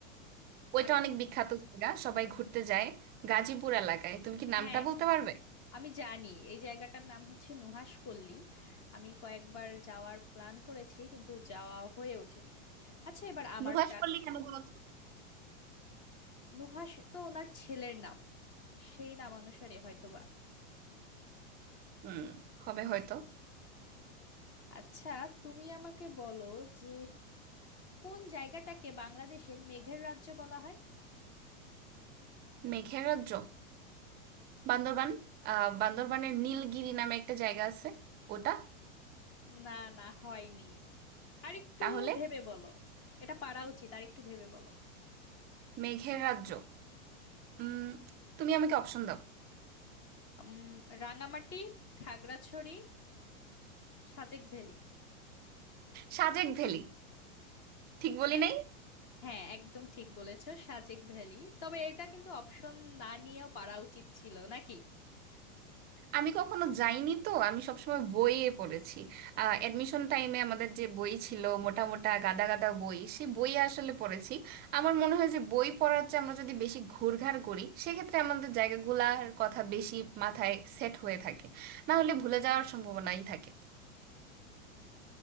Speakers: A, on the right; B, on the left.
A: ওইটা
B: আরেক
A: অনেক বিখ্যাত জায়গা সবাই ঘুরতে যায় গাজীপুর এলাকায় তুমি কি
B: হ্যাঁ
A: নামটা বলতে
B: হ্যাঁ
A: পারবে
B: আমি জানি এই জায়গাটার নাম হচ্ছে নুহাশপল্লী আমি কয়েকবার যাওয়ার প্ল্যান করেছি কিন্তু যাওয়া হয়ে ওঠেনি আচ্ছা এবার আমার
A: নুহাশপল্লী
B: টান
A: কেন বলো তো
B: নুহাশ তো ওনার ছেলের নাম সেই নাম অনুসারে হয়তোবা
A: হুম হবে হয়তো
B: আচ্ছা তুমি আমাকে বলো যে কোন জায়গাটাকে বাংলাদেশের মেঘের রাজ্য বলা হয়
A: মেঘের রাজ্য বান্দরবান আহ বান্দরবানের নীলগিরি নামে একটা জায়গা আছে ওটা
B: না না হয়নি আরেকটু
A: তাহলে
B: ভেবে বলো এটা পারা উচিত আরেকটু ভেবে বলো
A: মেঘের রাজ্য উম তুমি আমাকে অপশন দাও
B: উম রাঙামাটি খাগড়াছড়ি সাজেক ভ্যালি
A: সাজেক ভ্যালি ঠিক বলি
B: হ্যাঁ,
A: নাই
B: হ্যাঁ একদম ঠিক বলেছো সাজেক ভ্যালি তবে এটা কিন্তু অপশন না নিয়েও পারা উচিত ছিল নাকি
A: আমি কখনো যাইনি তো আমি সবসময় বইয়ে পড়েছি অ্যাডমিশন টাইমে আমাদের যে বই ছিল মোটা মোটা গাদা গাদা বই সেই বইয়ে আসলে পড়েছি আমার মনে হয় যে বই পড়ার চেয়ে আমরা যদি বেশি ঘুরঘার করি সেক্ষেত্রে আমাদের জায়গাগুলার কথা বেশি মাথায় সেট হয়ে থাকে না হলে ভুলে যাওয়ার সম্ভাবনাই থাকে